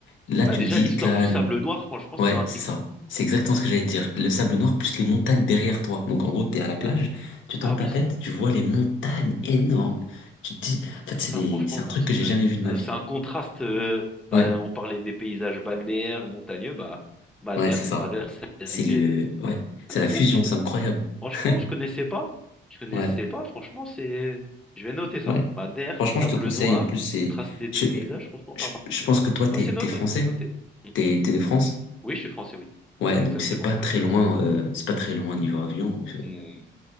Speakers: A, on the left (about 75°); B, in the centre.
A: là,
B: Bah,
A: tu
B: déjà,
A: me dis
B: l'histoire
A: Cannes,
B: du sable noir, franchement, ça
A: Ouais,
B: m'a intrigué.
A: c'est ça. C'est exactement
B: Mm.
A: ce que j'allais te dire. Le sable noir plus les montagnes derrière toi. Donc en gros, t'es à la plage, tu tends
B: Ah oui,
A: ta tête, tu vois les montagnes énormes. Tu te dis, en fait,
B: Ça,
A: c'est des...
B: franchement,
A: c'est un truc que j'ai
B: c'est
A: jamais vu de ma
B: euh,
A: vie.
B: c'est un contraste. euh, bah,
A: Ouais,
B: on parlait des paysages balnéaires, montagneux. Bah, Madère,
A: ouais, c'est ça.
B: c'est Madère, c'est
A: C'est
B: l'île
A: le,
B: et deux.
A: ouais, c'est
B: Ah, donc,
A: la fusion,
B: ouais, c'est-
A: c'est incroyable.
B: franchement,
A: <laughs>
B: je connaissais pas. Je connaissais
A: Ouais,
B: pas. Franchement, c'est. Je vais noter ça.
A: ouais.
B: Madère,
A: Franchement,
B: sable
A: je te conseille.
B: noir,
A: En plus, c'est,
B: contraste des deux
A: je,
B: paysages. Franchement, pas
A: je,
B: mal.
A: je pense que toi, t'es,
B: Bah, c'est noté.
A: t'es français,
B: C'est noté. Mm.
A: t'es, t'es de France.
B: Oui, je suis français, oui.
A: Ouais,
B: Oui, exactement.
A: donc c'est pas
B: Ouais.
A: très loin, euh, c'est pas très loin niveau avion. donc, euh,
B: Mm.